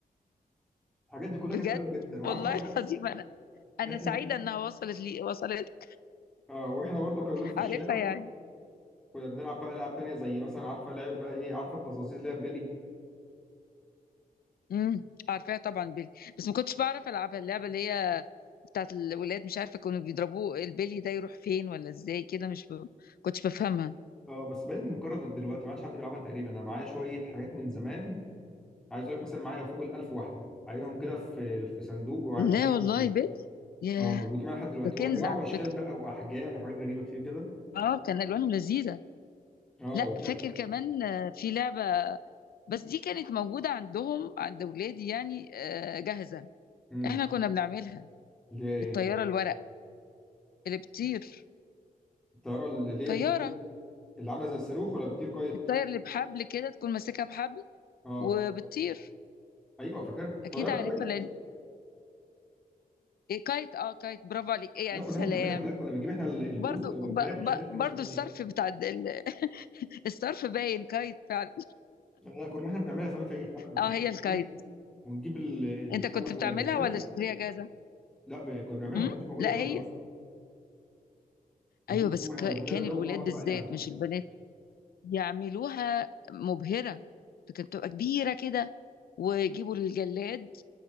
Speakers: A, in the centre; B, on the left (about 75°).
A: الحاجات دي كلها
B: بجد
A: كانت حلوه جدا وعارفه
B: والله
A: برضو
B: <laughs> العظيم أنا انا
A: احنا
B: سعيده انها وصلت لي وصلت
A: اه واحنا برضو كاولاد في الشارع
B: عارفها يعني
A: كنا بنلعب بقى لعب تانية زي مثلا عارفه لعبه بقى ايه عارفه التظاظيز اللي هي بلي
B: امم عارفاها طبعا بيلي بس ما كنتش بعرف العبها اللعبه اللي هي بتاعت الولاد مش عارفه كانوا بيضربوه البلي ده يروح فين ولا ازاي كده مش ب... كنتش بفهمها
A: اه بس باين انقرضت دلوقتي ما عادش حد بيلعبها تقريبا انا معايا شويه حاجات من زمان عايز اقول لك مثلا معايا فوق ال 1000 واحده عاينهم كده في في صندوق وعاينهم
B: لا
A: لحد دلوقتي
B: والله
A: مو-
B: بلي ياه
A: اه موجودين معايا لحد دلوقتي
B: ده
A: وانواع
B: كنز على
A: واشكال
B: فكره
A: بقى واحجام وحاجات غريبه كتير كده
B: اه كان الوانهم لذيذه
A: اه
B: لا
A: وبتاع
B: فاكر كمان آه، في لعبه بس دي كانت موجوده عندهم عند ولادي يعني آه، جاهزه
A: امم
B: احنا كنا بنعملها
A: اللي هي ايه
B: الطياره الورق اللي بتطير
A: الطياره اللي اللي
B: طياره
A: هي اللي عامله زي الصاروخ ولا بتطير كايت
B: الطياره اللي بحبل كده تكون ماسكها بحبل
A: اه
B: وبتطير
A: ايوه فاكر الطياره
B: اكيد عارفها
A: كايت
B: لان إيه كايت اه كايت برافو عليك ايه يعني
A: لا
B: سلام
A: كنا احنا بنعملها لا كنا بنجيب احنا ال- البوص
B: برضو
A: ولا
B: ب...
A: الغاب مش
B: ب...
A: فاكر كان اسمه
B: برضو الصرف
A: ايه
B: بتاع ال- <laughs> الصرف باين كايت فعلا
A: لا لا، كنا احنا بنعملها زمان في اي فعلا كنا
B: اه هي الكايت
A: بنجيب- ونجيب ال-
B: انت
A: السمك
B: كنت بتعملها
A: ولا الغيره
B: ولا اشتريها جاهزه
A: لا ب- كنا بنعملها
B: امم
A: ما كانتش موجوده
B: لا
A: جاهزه
B: هي
A: اصلا ونجيب
B: ايوه
A: السمك
B: بس ك...
A: او الغيره
B: كان
A: ده
B: الولاد
A: ونقعد
B: بالذات
A: بقى نعمل
B: مش البنات يعملوها مبهره فكانت بتبقى كبيره كده ويجيبوا الجلاد